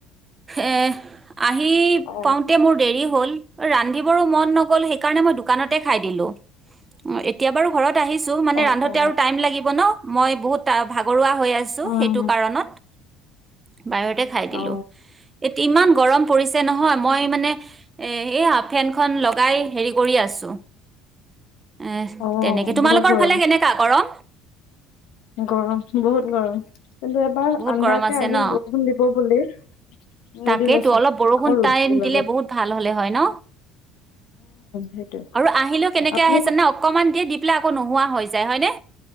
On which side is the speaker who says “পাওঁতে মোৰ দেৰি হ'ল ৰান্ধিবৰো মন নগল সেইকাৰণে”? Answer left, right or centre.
Right